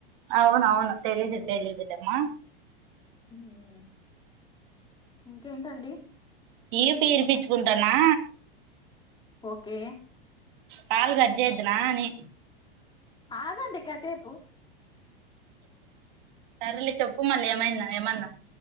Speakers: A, on the right; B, on the left.
A: అవునవును తెలీదు తెలిదులేమ్మ
B: హ్మ్ ఇంకేంటండి
A: ఇర్పు ఇర్పిచుకుంటన్నా
B: ఓకే
A: కాల్ గట్ జేద్దున్న అని
B: ఆగండి కాసేపు
A: సరేలే చెప్పు మళ్ళీ ఏమైన ఏమన్నా